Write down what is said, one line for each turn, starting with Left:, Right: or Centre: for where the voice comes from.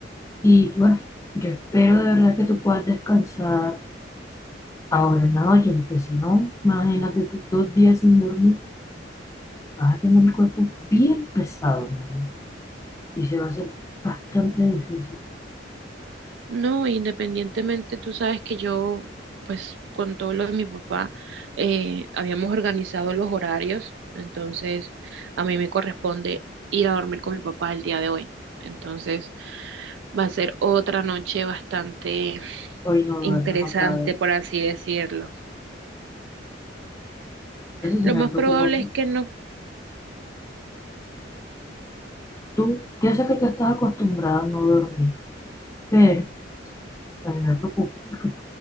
Left: Y bueno, yo espero de verdad que tú puedas descansar ahora en la noche, porque si no, imagínate tú dos días sin dormir, vas a tener el cuerpo bien pesado, mi amor. Y se va a hacer bastante difícil.
Right: No, independientemente, tú sabes que yo, pues con todo lo de mi papá, eh, habíamos organizado los horarios, entonces a mí me corresponde ir a dormir con mi papá el día de hoy. Entonces va a ser otra noche bastante
Left: Hoy no duermes
Right: interesante,
Left: otra vez.
Right: por así decirlo.
Left: Eso sí
Right: Lo
Left: me
Right: más
Left: preocupa
Right: probable
Left: a mí.
Right: es que no,
Left: Tú, yo sé que tú estás acostumbrada a no dormir, pero a mí me preocupa porque